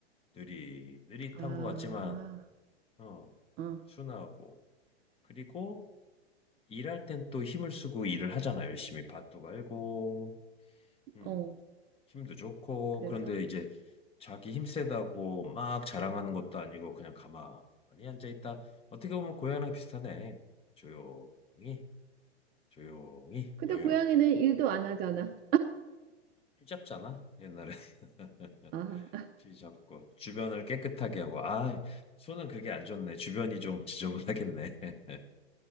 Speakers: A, on the left; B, on the right.
A: 느리 느릿한
B: 아,
A: 것 같지만 어
B: 어,
A: 순하고 그리고 일할 땐 또 힘을 쓰고 일을 하잖아. 열심히 밭도 갈고 음,
B: 어.
A: 힘도 좋고
B: 그래서
A: 그런데 이제 자기 힘 세다고 막 자랑하는 것도 아니고 그냥 가만히 앉아 있다. 어떻게 보면 고양이랑 비슷하네. 조용히 조용히
B: 근데
A: 여유롭게
B: 고양이는 일도 안 하잖아.
A: 힘 잡잖아. 옛날에 <laughs>
B: 아,
A: 쥐 잡고 주변을 깨끗하게 하고 아 손은 그게 안 좋네. 주변이 좀 지저분하겠네. <laughs>